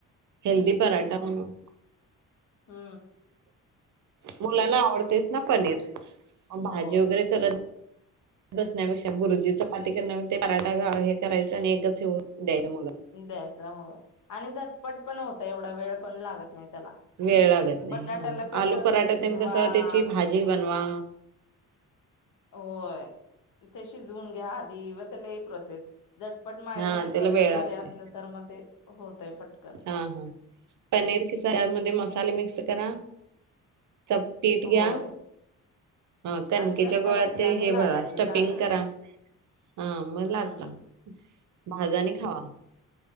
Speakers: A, on the right; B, on the left.
A: हेल्दी पराठा म्हणू
B: हू
A: मुलांना आवडतयच ना पनीर म
B: होय
A: भाजी वगैरे करत बसण्यापेक्षा भुर्जी चपाती करण्या ते पराठा हे करायचं आणि एकच हे द्यायला मुला
B: द्यायचं हो आणि झटपट पण होतय एवढा वेळ पण लागत नाही त्याला
A: वेळ लागत नाही
B: बटाट्याला
A: हा
B: कसं
A: आलू पराठा
B: ते शिजवा
A: तेन कस त्याची भाजी बनवा
B: होय ते शिजवून घ्या आधी व ते लई प्रोसेस झटपट मळलं
A: हां,
B: की
A: त्याला
B: पनीर
A: वेळ
B: घरी
A: लागतंय.
B: असलं तर म ते होतय पटकन
A: ह पनीर खिसा त्यामध्ये मसाले मिक्स करा पीठ
B: होय
A: घ्या ह कणकेच्या
B: आणि त्यात भरायचं
A: गोळ्या ते
B: आणि
A: हे
B: लाटायचं
A: भरा स्टपिंग
B: झालं
A: करा हा मग
B: हम्म
A: लाटला भाजा आणि खावा